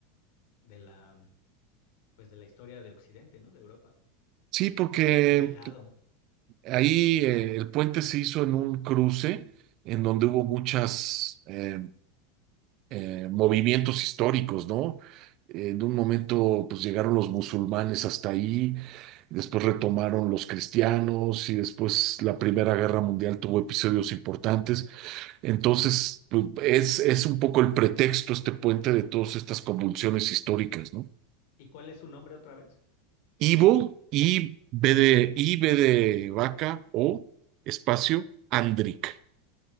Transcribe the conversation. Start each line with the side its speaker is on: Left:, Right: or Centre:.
Left: de la, pues de la historia de Occidente, ¿no? De Europa.
Right: Sí, porque
Left: Alejado.
Right: ahí eh, el puente se hizo en un cruce en donde hubo muchas... eh, eh, movimientos históricos, ¿no? En un momento, pues llegaron los musulmanes hasta ahí, después retomaron los cristianos y después la Primera Guerra Mundial tuvo episodios importantes. Entonces, pues, es, es un poco el pretexto, este puente de todas estas convulsiones históricas, ¿no?
Left: ¿Y cuál es su nombre otra vez?
Right: Ivo, I, B de, I, B de vaca, O, espacio, Andric,